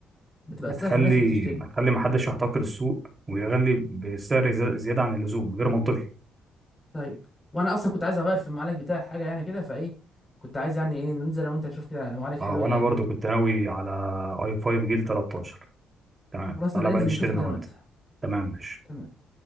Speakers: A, on the left; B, on the right.
A: بتبقى
B: هتخلي
A: لصالح الناس اللي بتشتري
B: هتخلي محدش يحتكر السوق ويغلي بسعر زي- زيادة عن اللزوم غير منطقي
A: طيب وانا اصلا كنت عايز اغير في المعالج بتاعي حاجه يعني كده فايه كنت عايز يعني ايه ننزل لو انت تشوف كده معالج حلو
B: اه وانا
A: ده يعني
B: برضو كنت ناوي على اي 5 جيل 13 تمام
A: خلاص
B: تعالى
A: نبقى ننزل
B: بقى نشتري
A: نشوف
B: انا
A: كده
B: وانت
A: لو انت
B: تمام ماشي
A: تمام